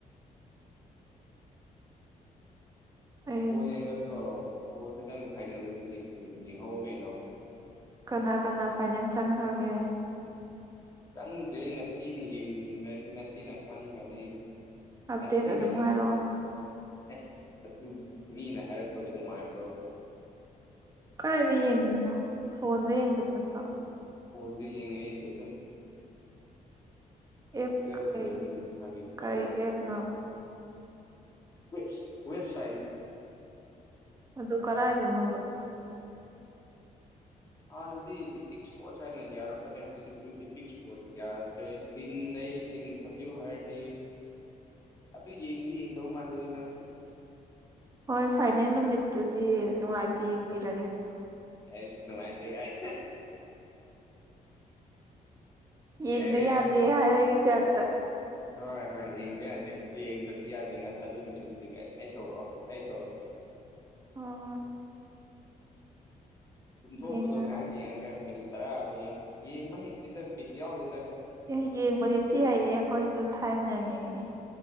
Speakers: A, on the right; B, on the left.
A: ꯑꯩ
B: ꯄꯣ ꯌꯦꯡꯒꯗ꯭ꯔꯣ ꯕꯣꯜꯁꯦ ꯅꯪ ꯐꯥꯏꯅꯦꯜꯗꯗꯤ ꯌꯦꯡ ꯌꯦꯡꯍꯧꯑꯣ ꯀꯩꯅꯣ
A: ꯀꯅꯥ ꯀꯅꯥ ꯐꯥꯏꯅ‌ꯦꯜ ꯆꯪꯈ꯭ꯔꯒꯦ
B: ꯆꯪꯗ꯭ꯔꯦ ꯉꯁꯤꯅ ꯌꯦꯡꯒꯅꯤ ꯉꯁꯤꯅ ꯈꯪꯈ꯭ꯔꯅꯤ
A: ꯑꯞꯗꯦꯠ
B: ꯅꯁꯤꯕꯅꯦ
A: ꯑꯗꯨꯝ ꯍꯥꯏꯔꯛꯑꯣ
B: ꯑꯁ ꯑꯗꯨ ꯃꯤꯅ ꯍꯥꯏꯔꯛꯄꯗꯣ ꯅꯨꯡꯉꯥꯏꯕ꯭ꯔꯣꯕ
A: ꯀꯥꯏꯗ ꯌꯦꯡꯗꯣꯏꯅꯣ ꯐꯣꯟꯗ ꯌꯦꯡꯗꯣꯏ ꯅꯠꯇ꯭ꯔꯣ
B: ꯐ‌ꯣꯟꯗ ꯌꯦꯡꯉ‌ꯦ ꯑꯩꯗꯤ ꯑꯗꯨꯝ ꯍ‌ꯣꯁꯇ‌ꯦꯜꯗ
A: ꯑꯦꯞ ꯀꯩ
B: ꯂꯩꯕꯅꯤꯅ ꯀꯔꯤ ꯎꯄꯥꯏ
A: ꯀꯩ
B: ꯂꯩ
A: ꯑꯦꯞꯅꯣ
B: ꯋꯦꯕꯁ ꯋꯦꯕꯁꯥꯏꯟ
A: ꯑꯗꯨ ꯀꯔꯥꯏꯗꯅ‌ꯣꯕ
B: ꯍꯥꯟꯅꯗꯤ ꯏꯄꯤꯛ ꯏꯁꯄꯣꯔꯠꯁ ꯍꯥꯏꯅ ꯌꯥꯔꯝꯕꯅꯦ ꯍꯧꯖꯤꯛ ꯏꯄꯤꯛ ꯏꯁꯄꯣꯔꯠ ꯌꯥꯗ꯭ꯔꯦ ꯂꯤꯡ ꯂꯩ ꯂꯤꯡ ꯊꯥꯕꯤꯌꯨ ꯍꯥꯏꯔꯗꯤ ꯑꯗꯨ ꯌꯦꯡꯗꯤ ꯌꯦꯡꯗꯧ ꯃꯥꯜꯂꯦ ꯅꯪꯁꯨ
A: ꯍꯣꯏ ꯐꯥꯏꯅꯦꯜ ꯅꯨꯃꯤꯠꯇꯨꯗꯤ ꯅꯨꯡꯉꯥꯏꯇꯦ ꯌꯦꯡꯕꯤꯔꯒꯦ
B: ꯑꯦꯁ ꯅꯨꯡꯉꯥꯏꯇ‌ꯦ ꯀꯥꯏ
A: ꯌꯦꯡꯗ
B: ꯌꯥꯏ ꯌꯥꯏ
A: ꯌꯥꯗꯦ ꯍꯥꯏꯕꯒꯤ ꯇꯞꯇ
B: ꯍꯣꯏ ꯍꯣꯏ ꯌꯦꯡꯕ ꯌꯥꯗꯦ ꯌꯦꯡꯕꯗꯤ ꯌꯥꯗꯦ ꯉ ꯑꯗꯨ ꯅꯨꯃꯤꯠꯇꯨꯗꯤ ꯀꯥꯏꯅ ꯑꯩ ꯇꯧꯔꯛꯑꯣ ꯑꯩ ꯇꯧꯔꯛ ꯀꯦ ꯁꯦꯁ
A: ꯍ‌ꯣ ꯍ‌ꯣꯏ
B: ꯀꯨꯝꯊꯣꯛꯄꯗꯣ
A: ꯌꯦꯡꯉ
B: ꯉꯥꯏꯍꯥꯛ ꯌꯦꯡꯉꯒ ꯃꯤꯅꯤꯠ ꯇꯔꯥꯃꯨꯛ ꯌꯦꯡꯉ ꯑꯁ ꯌꯦꯡꯕ ꯍꯩꯛꯇꯦꯗ ꯄꯤꯠ ꯌꯥꯎꯗꯦꯗ
A: ꯑꯦ ꯌꯦꯡꯕꯗꯤ ꯊꯤ ꯍꯩꯍ‌ꯦ ꯑꯩꯈꯣꯏꯁꯨ ꯊꯥꯏꯅ ꯌꯥꯝ ꯌꯦꯡꯉꯛꯏ